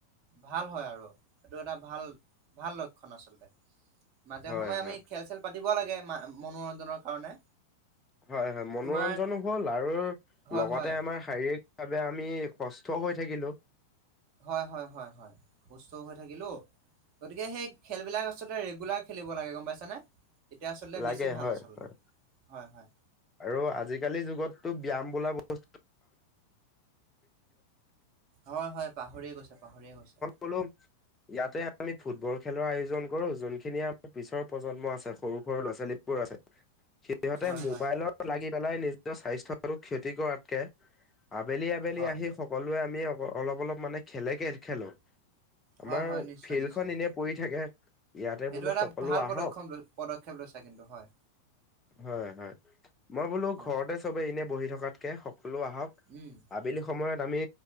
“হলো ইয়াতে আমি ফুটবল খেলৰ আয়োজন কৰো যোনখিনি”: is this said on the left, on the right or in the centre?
Left